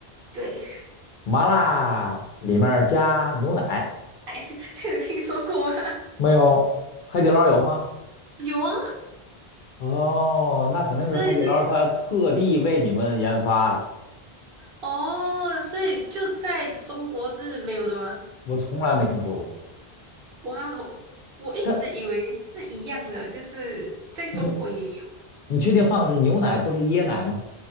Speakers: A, on the right (about 60°); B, on the left (about 60°).
A: 对，
B: 麻辣里面儿加牛奶
A: <laughs> 你有听说过吗？
B: 没有？海底捞有吗？
A: 有啊，
B: 哦，那肯定是海底捞它特地为你们研发的，
A: 对对，哦，所以就在中国是没有的吗？
B: 我从来没听说过。
A: 哇哦，我一直以为是一样的，
B: 它，
A: 就是在中国也有，
B: 嗯，你确定放的是牛奶，不是椰奶吗？